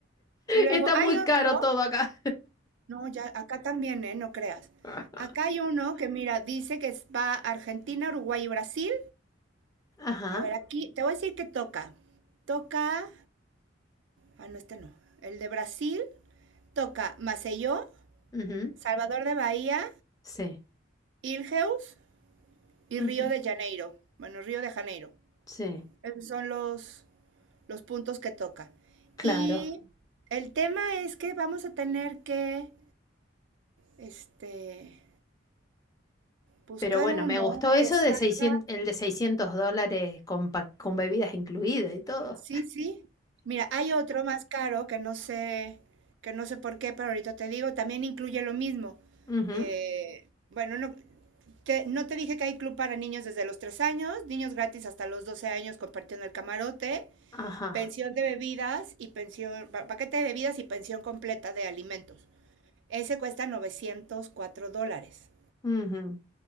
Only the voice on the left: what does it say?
Está
muy
caro todo acá.
<laughs>
Ajá.
ujú,
Sí.
ujú,
Sí.
Claro,
pero bueno,
me gustó eso
de 600, el de 600 dólares con, pa- con bebidas incluidas y todo.
Ujú,
Ajá.
ujú.